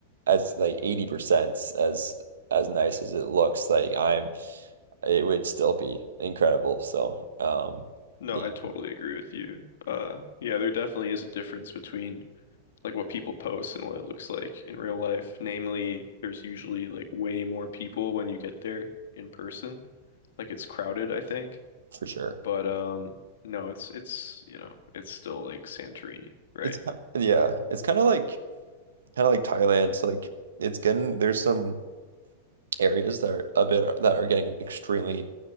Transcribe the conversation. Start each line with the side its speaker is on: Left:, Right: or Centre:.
Right: as like 80% as as nice as it looks, like I'm it would still be incredible. So um
Left: No,
Right: yeah,
Left: I totally agree with you. Uh, yeah, there definitely is a difference between like what people post and what it looks like in real life. Namely, there's usually like way more people when you get there in person. Like it's crowded, I think.
Right: for sure.
Left: But um no, it's it's, you know, it's still like Santorini, right?
Right: It's ki- yeah, it's kind of like kind of like Thailand. So like it's getting there's some areas that are of it that are getting extremely